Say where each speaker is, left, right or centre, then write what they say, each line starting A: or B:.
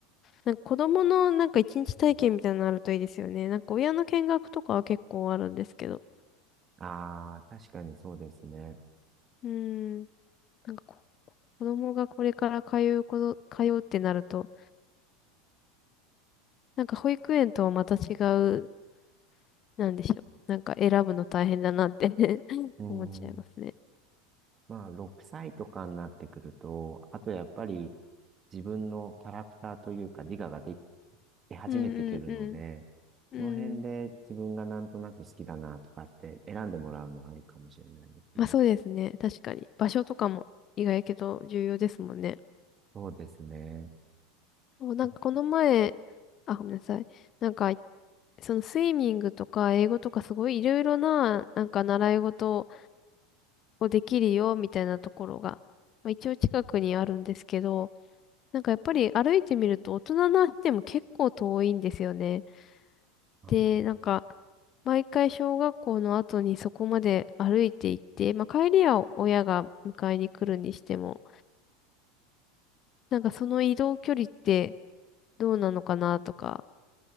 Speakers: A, on the left (about 35°); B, on the right (about 30°).
A: なんか子供のなんか一日体験みたいなのあるといいですよね。なんか親の見学とかは結構あるんですけど。
B: あ、ああ、確かにそうですね。
A: うん。なんかこ子供がこれから通うこと、通うってなると、なんか保育園とはまた違うなんでしょう。なんか選ぶの大変だなって <laughs>
B: うん。
A: 思っちゃいますね。
B: まあ、6歳とかになってくると、あとやっぱり自分のキャラクターというか自我ができ出始めてくるので、
A: うんうんうん。うん。
B: その辺で自分がなんとなく好きだなとかって選んでもらうのはありかもしれないですね。
A: まあそうですね。確かに。場所とかも意外やけど重要ですもんね。
B: そうですね。
A: そう、なんかこの前、
B: あ、
A: あ、ごめんなさい。なんか、そのスイミングとか英語とかすごいいろいろな、なんか習い事をできるよみたいなところが、まあ、一応近くにあるんですけど、なんかやっぱり歩いてみると大人な人でも結構遠いんですよね。
B: あー
A: で、なんか、毎回小学校の後にそこまで歩いて行って、まあ帰りは親が迎えに来るにしても、なんかその移動距離ってどうなのかなとか、